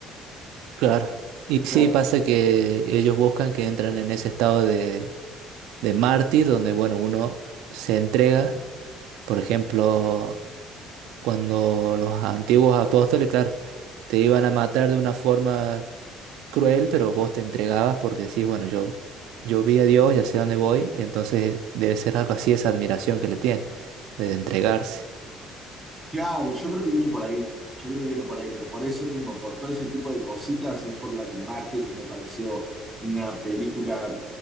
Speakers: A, on the right (about 85°); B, in the centre.
A: Claro. Y sí,
B: Claro,
A: pasa que ellos buscan que entran en ese estado de, de mártir, donde, bueno, uno se entrega. Por ejemplo, cuando los antiguos apóstoles, claro, te iban a matar de una forma cruel, pero vos te entregabas porque decís, bueno, yo, yo vi a Dios, ya sé dónde voy, y entonces debe ser algo así, esa admiración que le tiene, de entregarse.
B: Claro, yo creo que viene por ahí, yo creo que viene por ahí, pero por eso mismo, por todo ese tipo de cositas, es por la que Mártires me pareció una película,